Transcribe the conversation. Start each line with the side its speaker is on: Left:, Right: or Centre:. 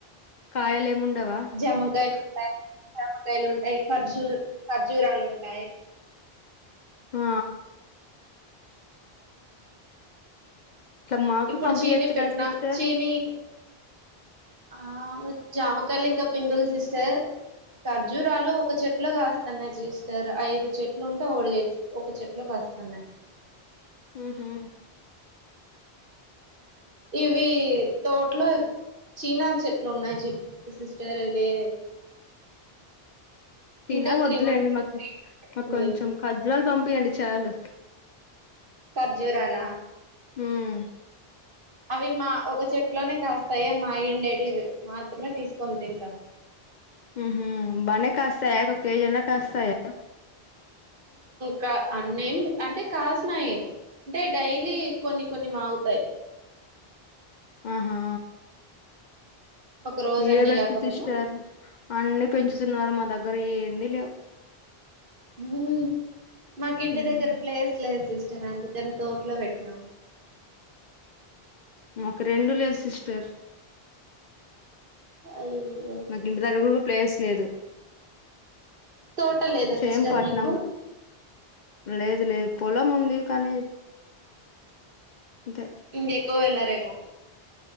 Left: కాయలు ఏమిండవా.
Right: జమ్మకాయలు ఉంటాయి జమకాయలు ఉంటాయి ఖర్జూ ఖర్జూరాలు ఉంటాయి.
Left: ఆ ఇట్లా మాకు
Right: ఇప్పుడు
Left: పంపియచ్చు
Right: చీని
Left: కదా
Right: పెట్టినాం
Left: సిస్టర్
Right: చీని ఆ జామకాలు ఇంకా పింగులు సిస్టర్ ఖర్జూరాలు ఒక చెట్లో కాస్తన్నాయి సిస్టర్ ఐదు చెట్లు ఉంటే ఒక ఒక చెట్లో కాస్తున్నాయి.
Left: ఉహు
Right: ఇవీ తో అట్లో చీనా చెట్లు ఉన్నాయి చె సిస్టర్ ఇదే
Left: సిన
Right: ఇంకా
Left: వద్దులేండి
Right: త్రీ మంత్స్
Left: మాకు
Right: అవుతుంది
Left: మాకు కొంచెం కఖజురాలు పంపియండి చాలు.
Right: ఖర్జూరాల.
Left: హ్మ్.
Right: అవి మా ఒక చెట్లోనే కాస్తాయే మా ఇండేటివి మాత్రమే తీసుకొని తింటాం
Left: హ బనే కాస్తాయాక ఒక కేజన కాస్తాయా
Right: కా అన్నేం అంటే కాసినాయీ అంటే డైలీ కొన్ని కొన్ని మాగుతాయి
Left: ఆహా
Right: ఒక రోజు
Left: మీరే
Right: అన్ని
Left: బెస్ట్
Right: కాకపోయినా
Left: సిస్టర్ అన్ని పెంచుతున్నారు మా దగ్గర ఏంది లేవ్
Right: ఉమ్ మాకు ఇంటి
Left: ఉమ్,
Right: దగ్గర ప్లేస్ లేదు సిస్టర్ అందుకని తోటలో పెట్టినాం
Left: మాకు రెండూ లేదు సిస్టర్
Right: అయ్యో
Left: మాకు ఇంటి దగ్గర గూడా ప్లేస్ లేదు
Right: తోట లేదా
Left: సేమ్
Right: సిస్టర్
Left: పట్నం
Right: మీకు
Left: లేదు లేదు పొలం ఉంది కానీ అంతే
Right: ఇంకెక్కువ వెళ్ళరేమో